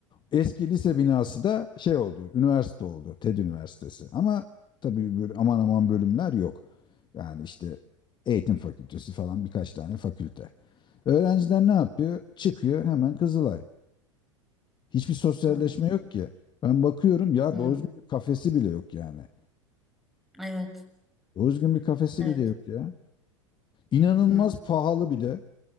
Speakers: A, on the left; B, in the centre.
A: Eski lise binası da şey oldu, üniversite oldu. TED Üniversitesi. Ama tabii böyle aman aman bölümler yok. Yani işte eğitim fakültesi falan birkaç tane fakülte. Öğrenciler ne yapıyor? Çıkıyor hemen Kızılay. Hiçbir sosyalleşme
B: Hı hı.
A: yok ki. Ben bakıyorum ya
B: Hmm,
A: doğru düzgün bir kafesi bile yok yani.
B: Evet,
A: Doğru düzgün bir kafesi
B: evet.
A: bile yok ya. İnanılmaz
B: Hı hı.
A: pahalı bir de